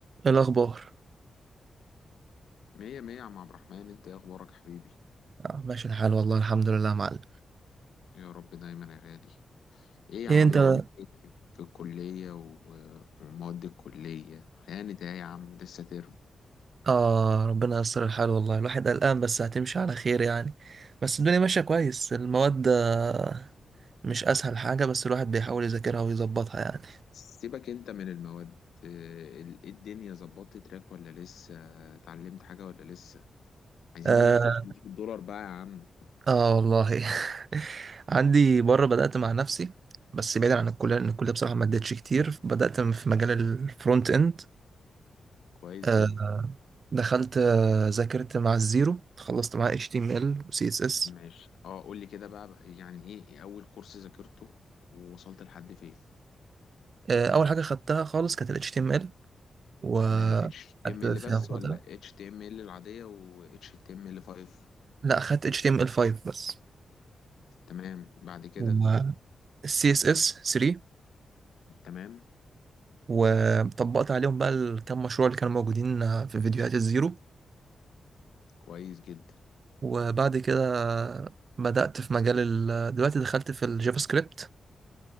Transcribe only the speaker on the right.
إيه الأخبار
آه ماشي الحال والله الحمد لله يا معلم
إيه
أنت
آه ربنا ييسر الحال والله الواحد قلقان بس هتمشي على خير يعني بس الدنيا ماشية كويس المواد آه مش أسهل حاجة بس الواحد بيحاول يذاكرها ويظبطها يعني
آه,
آه والله <laughs> عندي بره بدأت مع نفسي بس بعيدا عن الكلية لأن الكلية بصراحة ما ادتش كتير بدأت في مجال الفرونت إند
آه
دخلت آه ذاكرت مع الزيرو خلصت معاه HTML و CSS
آه، اول حاجه خدتها خالص كانت ال HTML وقعدت
فيها
فترة
لا خدت HTML5 بس
وال CSS3
وطبقت عليهم بقى الكام مشروع اللي كانوا موجودين في فيديوهات الزيرو
وبعد كده بدأت في مجال ال... دلوقتي دخلت في الجافا سكريبت